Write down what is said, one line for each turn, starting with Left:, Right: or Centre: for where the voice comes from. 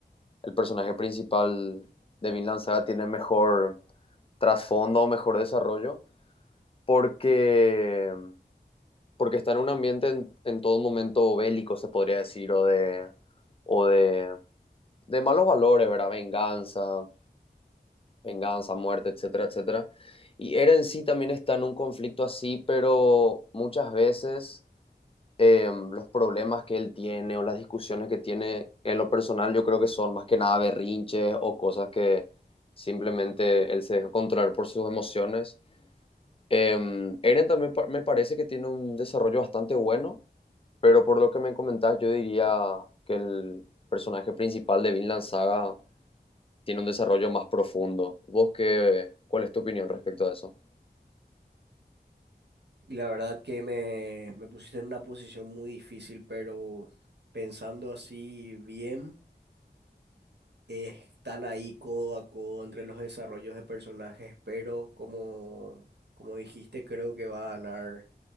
Left: el personaje principal de Vinland Saga tiene mejor trasfondo, mejor desarrollo, porque, porque está en un ambiente en, en todo momento bélico, se podría decir, o de, o de, de malos valores, ¿verdad? Venganza, venganza, muerte, etcétera, etcétera. Y Eren sí también está en un conflicto así, pero muchas veces eh, los problemas que él tiene o las discusiones que tiene en lo personal, yo creo que son más que nada berrinches o cosas que simplemente él se deja controlar por sus emociones. Eh, Eren también pa- me parece que tiene un desarrollo bastante bueno, pero por lo que me comentás, yo diría que el personaje principal de Vinland Saga tiene un desarrollo más profundo. ¿Vos qué, cuál es tu opinión respecto a eso?
Right: Y la verdad que me, me pusiste en una posición muy difícil, pero pensando así bien, eh, están ahí codo a codo entre los desarrollos de personajes, pero como, como dijiste, creo que va a ganar